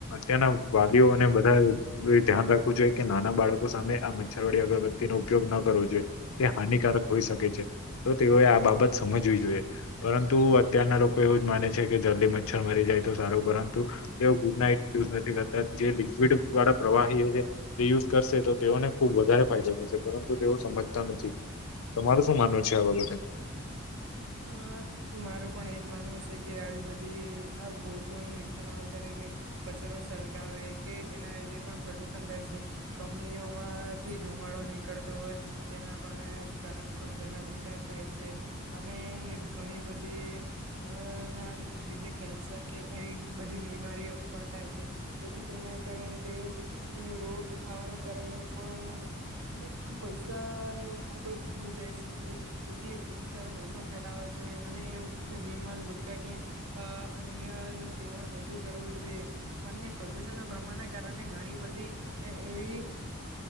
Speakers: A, on the left; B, on the right.
A: ત્યાંના વાલીઓને બધા ધ્યાન રાખવું જોઈએ કે નાના બાળકો સામે આ મચ્છરવાડી અગરબત્તીનો ઉપયોગ ન કરવો જોઈએ તે હાનિકારક હોઈ શકે છે તો તેઓએ બાબત સમજવી જોઈએ પરંતુ અત્યારના લોકો એવું જ માને છે કે જલ્દી મચ્છર મરી જાય તો સારું પર એવુ ગુડ નાઈટ યુઝ નથી કરતા જે લીકવિડ વાળા પ્રવાહી તે યુઝ કરશે તો તેઓને ખુબ વધારે ફાયદો થશે પરંતુ તેઓ સમજતા નથી તમારું શું માનવું છે આ બાબતે?
B: હા મારું પણ એજ માનવું છે કે આવી બધી બંધી આ ગોળીઓ ને ઇસતેમાલ કરે કે કચરો સળગાવે કે જેના લીધે પણ પ્રદુષણ થાય છે કે કંપનીઓમાંથી ધુમાડો નીકળતો હોય તેના પારણે કારણે પણ ઘણા નુકસાન થાય છે. અને ઘણી બધી અ ના લીધે કેન્સર કે એ બધી બિમારી બીમારીઓ પણ થાય છે જેથી તેના કારણે તે હ રોગ થવાના કારણે પણ પૈસાને એવું ખુબ જ ઘણું જ છે જે તેથી રો <unintelligible> <unintelligible> રોગ ચાડો ઓછો ફેલાવો જોઈએ અને વિમલ ગુટકા કે અ અન્ય ન સેવન ઓછું કરવું જોઈએ અને પ્રદુષણ ના પ્રમાણના કારણે ઘણી બધી અ એવી.